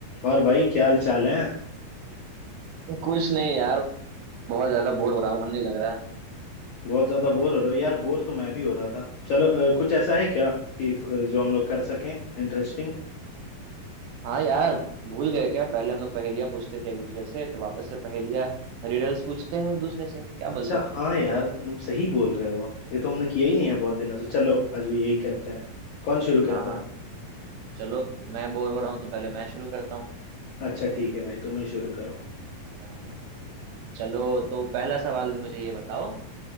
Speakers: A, on the left; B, on the right.
A: और भाई क्या हाल चाल है
B: कुछ नहीं यार बहुत ज्यादा बोर हो रहा हूँ मन नहीं लग रहा है
A: बहुत ज्यादा बोर हो रहे हो यार बोर तो मैं भी हो रहा था चलो अ, कुछ ऐसा है क्या कि अ, जो हम लोग कर सकें इंटरेस्टिंग
B: हाँ यार भूल गए क्या पहले हम लोग पहेलियां पूछते थे एक दूसरे से तो वापस से पहेलियां रिडल्स पूछते हैं एक दूसरे से क्या
A: अच्छा
B: बोलते हो
A: हाँ यार तुम सही बोल रहे हो ये तो हमने किया ही नहीं है बहुत दिनों से चलो आज भी यही करते हैं कौन शुरू
B: हाँ
A: करता
B: हाँ
A: है
B: चलो मैं बोर हो रहा हूँ तो पहले मैं शुरू करता हूँ
A: अच्छा ठीक है भाई तुम ही शुरू करो
B: हाँ, चलो तो पहला सवाल मुझे ये बताओ